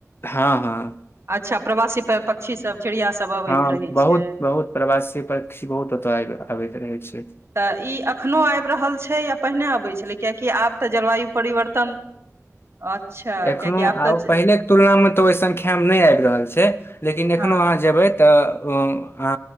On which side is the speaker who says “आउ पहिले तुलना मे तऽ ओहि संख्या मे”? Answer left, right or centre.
Left